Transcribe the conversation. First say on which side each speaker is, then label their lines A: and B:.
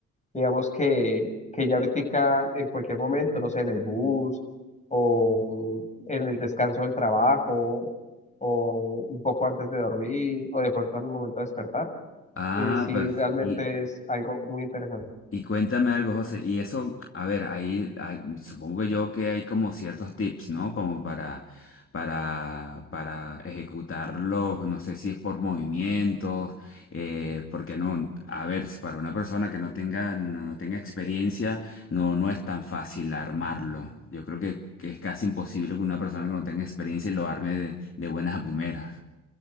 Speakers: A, on the left; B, on the left.
A: digamos que, que ya ahorita en cualquier momento, no sé, en el bus o en el descanso del trabajo o un poco antes de dormir o de pronto al momento de despertar,
B: Ah,
A: eh, sí
B: perfecto.
A: realmente es algo muy interesante.
B: Y cuéntame algo, José. Y eso, a ver, ahí ah, supongo que yo que hay como ciertos tips, ¿no? Como para, para, para ejecutarlos, no sé si es por movimientos, eh, porque no, a ver, si para una persona que no tenga, no, no tenga experiencia, no, no es tan fácil armarlo. Yo creo que, que es casi imposible que una persona que no tenga experiencia lo arme de, de buenas a primeras.